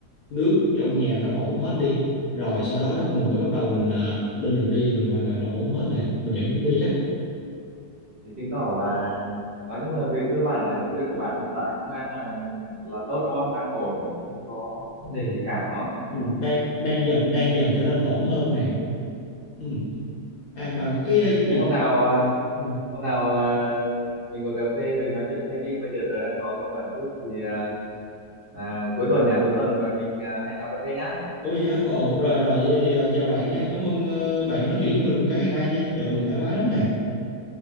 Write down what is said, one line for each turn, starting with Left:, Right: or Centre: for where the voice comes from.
Left: nước trong nhà nó ổn hết đi rồi sau đó đó mình mới bắt đầu mình ờ, lên đường đi thì mình hoàn toàn là ổn hết nè mình vẫn muốn đi đó
Right: thì chứng tỏ là nói chung là về cơ bản là công việc của bạn hiện tại cũng đang là là tốt đúng không đang ổn không có vấn
Left: ừ.
Right: đề gì cả đúng không
Left: Ừ, đang đang dần đang dần trở nên ổn hơn nè ừ. à
Right: ừ.
Left: mà cái ờ,
Right: thế
Left: việc
Right: hôm nào ờ,
Left: ừ.
Right: hôm nào ờ, mình ngồi cà phê rồi nói chuyện thêm đi bây giờ tớ đang có việc bận chút thì ờ, à, cuối tuần nhà cuối tuần rồi mình ờ, hẹn nhau cà phê nhá
Left: Ủa vậy hả? Ồ, rồi rồi vậy thì ờ, chào bạn nha. Cảm ơn ờ, bạn nói chuyện với mình cả ngày nay nha. Trời ơi, mình thoải mái lắm nè.